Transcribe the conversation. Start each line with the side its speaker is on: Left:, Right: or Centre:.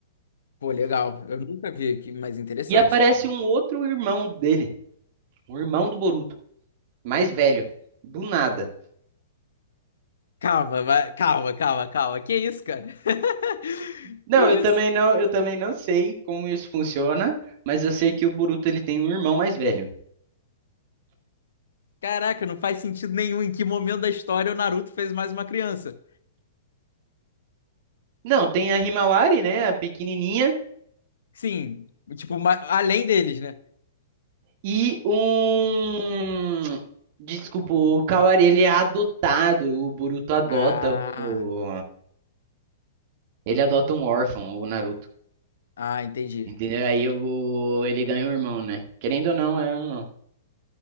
Left: Pô, legal. Eu nunca vi, que mais interessante.
Right: E aparece um outro irmão dele, um irmão do Boruto, mais velho, do nada.
Left: Calma, vai- calma, calma, calma. Que isso, cara? <laughs>
Right: Não,
Left: Que isso?
Right: eu também não, eu também não sei como isso funciona, mas eu sei que o Boruto ele tem um irmão mais velho.
Left: Caraca, não faz sentido nenhum em que momento da história o Naruto fez mais uma criança.
Right: Não, tem a Himawari, né, a pequenininha,
Left: Sim, tipo, ma- além deles, né?
Right: e um Desculpa, o Kawari ele é adotado, o Boruto adota
Left: Ah,
Right: o ele adota um órfão, o Naruto.
Left: ah, entendi.
Right: Entendeu? Aí eu, ele ganha um irmão, né? Querendo ou não, é um irmão.